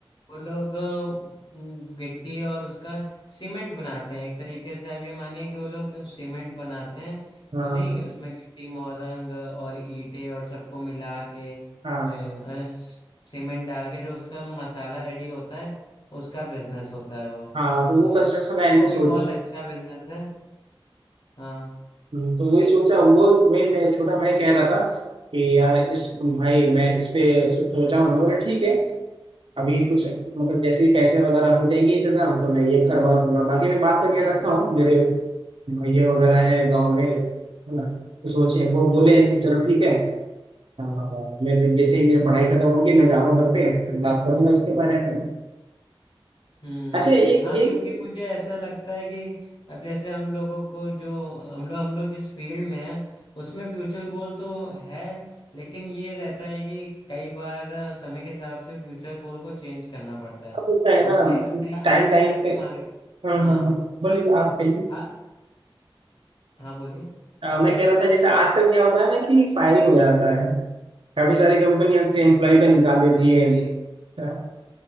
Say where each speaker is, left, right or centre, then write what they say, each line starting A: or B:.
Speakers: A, on the left; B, on the right.
A: वो लोग अम, गिट्टी और उसका सीमेंट बनाते हैं एक तरीके से आप ये मानिए कि वो लोग सीमेंट बनाते हैं
B: हाँ
A: वो नहीं उसमें गिट्टी मोरंग और ईंटें और सबको मिला के अ,
B: हाँ
A: अ, सीमेंट डाल के जो उसका मसाला रेडी होता है उसका बिजनेस होता है वो
B: हाँ तो
A: उस
B: वो कंस्ट्रक्शन लाइन
A: वो
B: में सोच
A: भी बहुत अच्छा बिजनेस है हाँ
B: हम्म, तो वही सोचा वो वही मैं छोटा भाई कह रहा था कि यार इस भाई मैं इस पे सो- सोचा हूँ मैं बोला ठीक है अभी कुछ मतलब जैसे ही पैसे वगैरह हो जाएंगे इंतजाम तो मैं ये करवा दूंगा बाकी मैं बात करके रखा हूँ मेरे भैया वगैरह है गाँव में है ना तो सोचे वो बोले हैं कि चलो ठीक है हाँ, मैं भी- जैसे ही मेरी पढ़ाई खत्म होगी मैं जा रहा हूँ घर पे फिर बात करूंगा उसके बारे में
A: हम्म
B: अच्छा एक
A: हाँ
B: एक
A: क्योंकि मुझे ऐसा लगता है कि अब जैसे हम लोगों को जो हम लोग हम लोग जिस फील्ड में हैं उसमें फ्यूचर गोल तो है लेकिन ये रहता है कि कई बार समय के हिसाब से फ्यूचर गोल को चेंज करना पड़ता है
B: अब होता है
A: और
B: ना
A: मुझे ये लगता है
B: टाइम
A: आजकल
B: टाइम
A: की
B: पे
A: मार्केट
B: हाँ
A: हाँ
B: हाँ हाँ बोलिए आप कहिए
A: हाँ हाँ बोलिए
B: आ, मैं कह रहा था जैसे आजकल क्या होता है ना कि फायरिंग हो जाता है काफी सारी कंपनी अपने एम्प्लॉय का निकाल देती
A: जी
B: है
A: जी
B: हाँ,